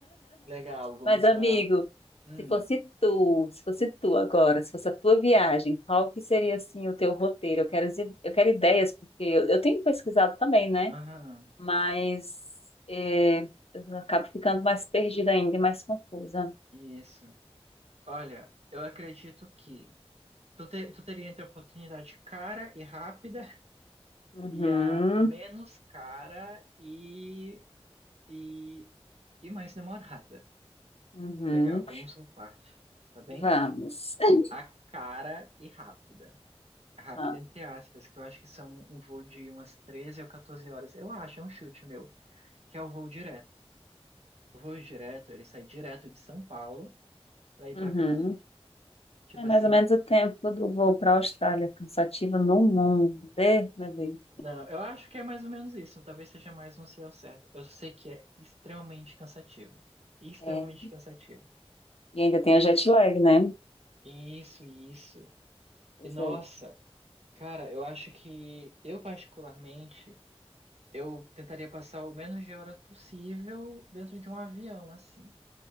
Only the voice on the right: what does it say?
Legal, vamos
lá. Hum,
aham,
isso. Olha, eu acredito que tu, te- tu teria entre a oportunidade cara e rápida
e a menos cara e, e, e mais demorada.
Legal, vamos por parte, tá bem?
A cara e rápida. rápido,
entre aspas, que eu acho que são um voo de umas 13 ou 14 horas. Eu acho, é um chute meu, que é o voo direto. O voo direto, ele sai direto de São Paulo para ir
para Pequim. Tipo
assim,
não, eu acho que é mais ou menos isso, talvez seja mais um sei ao certo. Eu sei que é extremamente cansativo. Extremamente
cansativo.
Isso, isso.
E nossa,
cara, eu acho que eu particularmente, eu tentaria passar o menos de horas possível dentro de um avião, assim.